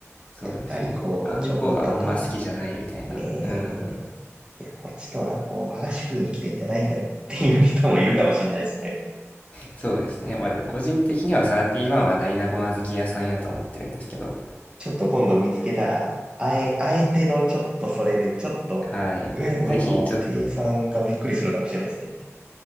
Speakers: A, on the left (about 25°); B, on the right (about 20°).
A: そうですね。
B: やっぱりこう、
A: あんこがあんま好きじゃないみたいな。
B: チョコとか、ねえ、
A: うん。
B: いや、こっちとらこう、和菓子食いに来てんじゃないんだよっていう人もいるかもしれないですね。
A: そうですね。まあでも個人的には31はダイナゴン小豆屋さんやと思ってるんですけど。
B: ちょっと今度見つけたら、あえ、あえてのちょっとそれで、ちょっと、
A: はい。
B: え、なんか店員さんがびっくりするかもしれないですね。
A: ぜひ、ちょっと、